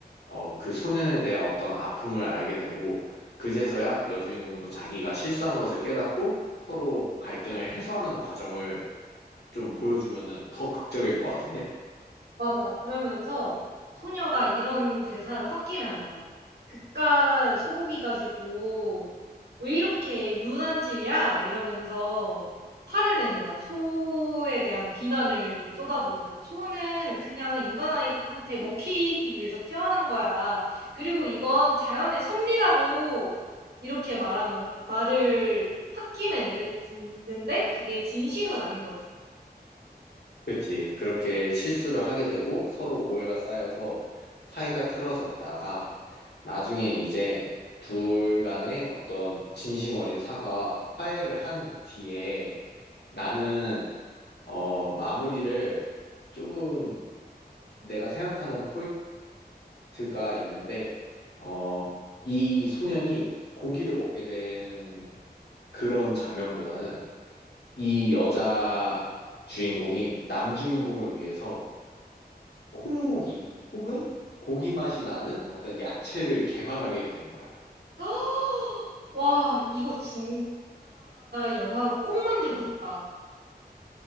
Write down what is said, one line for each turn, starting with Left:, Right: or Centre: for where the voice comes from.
Left: 어, 그 소년에 대한 어떤 아픔을 알게 되고 그제서야 여주인공도 자기가 실수한 것을 깨닫고 서로 갈등을 해소하는 과정을 좀 보여주면은 더 극적일 것 같은데?
Right: 맞아. 그러면서 소녀가 이런 대사를 홧김에하는 거야. "그깟 소고기 가지고 왜 이렇게 유난질이야?" 이러면서 화를 내는 거야. 소에 대한 비난을 쏟아부으면서. "소는 그냥 인간한테 먹히기 위해서 태어난 거야. 그리고 이건 자연의 섭리라고." 이렇게 말하면 말을 홧김에 내뱉는데 그게 진심은 아닌 거지.
Left: 그렇지. 그렇게 실수를 하게 되고 서로 오해가 쌓여서 사이가 틀어졌다가 나중에 이제 둘 간의 어떤 진심 어린 사과, 화해를 한 뒤에 나는 어, 마무리를 조금 내가 생각하는 포인트가 있는데 어, 이 소년이 고기를 먹게 되는 그런 장면보다는 이 여자 주인공이 남 주인공을 위해서 콩고기 혹은 고기 맛이 나는 어떤 야채를 개발하게 되는 거야.
Right: <gasps> 와 이거 진짜 영화로 꼭 만들고 싶다.